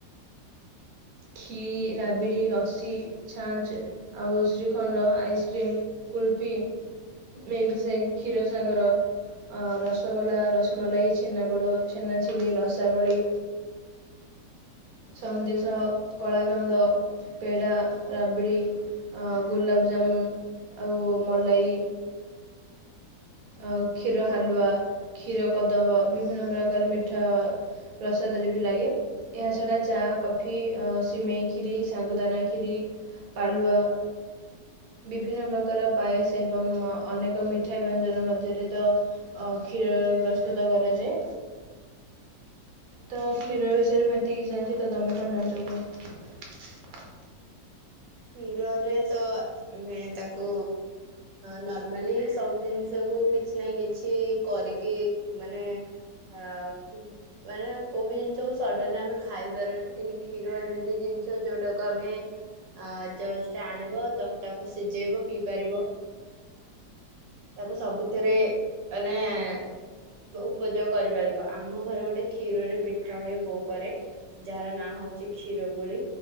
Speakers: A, on the right; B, on the right.
A: ଖୀ ରାବିଡି ଲସି ଛାଞ୍ଚ ଆଉ shrikhand ice cream kulfi. Milk shake କ୍ଷୀର ସାଗର। ଅ ରସଗୋଲା ରସମଲାଇ ଛେନାପୋଡ ଛେନା ଝିଲି ରଶା ବଳି। ସନ୍ଦେଶ କଳା କନ୍ଦ ପେଡ଼ା ରାବିଡ଼ି। ଆ ଗୋଲାପଜାମୁନ୍ ଆଉ ମଲାଇ।
B: <inaudible>
A: ଆଉ କ୍ଷୀର ହାଲୁଆ କ୍ଷୀର କଦମ୍ବ ବିଭିନ୍ନ ପ୍ରକାର ମିଠା ଆ ପ୍ରସାଦରେ ବି ଲାଗେ। ଏହାଛଡ଼ା ଚା କଫି ସିମେଇ ଖ୍ଷିରି ଶାଗୁଦାନା କ୍ଷିରି। ପାଲୁଅ ବିଭିନ୍ନ ପ୍ରକାର ପାଏସ ଏବଂ ଅନେକ ମିଠା ବ୍ୟଞ୍ଜ ମଧ୍ୟରେ ତ କ୍ଷୀର ଅଂ ରେ ପ୍ରସ୍ତୁତ କରାଯାଏ। ତ କ୍ଷୀର ବିଷୟରେ ମୁଁ ଏତିକି ଜାଣିଛି ତ ତମେ କଣ ଜାଣିଛ କୁହ?
B: କ୍ଷୀର ରେ ତ ଆମେ ତାକୁ ନର୍ମାଲି ସବୁ ଜିନିଷ କୁ କିଛି ନା କିଛି କରିକି ମାନେ ଆ ମାନେ କୋଉ ବି ଜିନିଷକୁ ସଡନ ଆମେ ଖାଇପାରୁନେ କିନ୍ତୁ କ୍ଷୀର ଏମିତି ଜି ଜିନିଷ ଯୋଉଟାକୁ ଆମେ ଆ ଜଷ୍ଟ ଆଣିବ ତାପ ତାକୁ ସିଝେଇବ ପିଇ ପାରିବ। ତାକୁ ସବୁଥିରେ ମାନେ ଏ ଉପଯୋଗ କରିପାରିବ ଆମ ଘର ଗୋଟେ କ୍ଷୀରରେ ପିଠା ହୁଏ ବୋଉ କରେ ଯାହାର ନାଁ ହ ହଉଚି କ୍ଷୀର ଗୋଳି